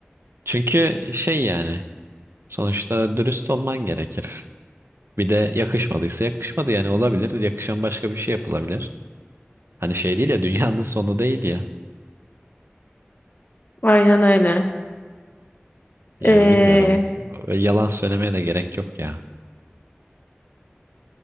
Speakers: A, on the right; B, on the left.
A: Çünkü şey yani sonuçta dürüst olman gerekir. Bir de yakışmadıysa yakışmadı yani olabilir. Yakışan başka bir şey yapılabilir. Hani şey değil ya dünyanın sonu değil ya.
B: Aynen öyle.
A: Yani
B: Ee,
A: bilmiyorum. Öyle Yalan söylemeye de gerek yok ya.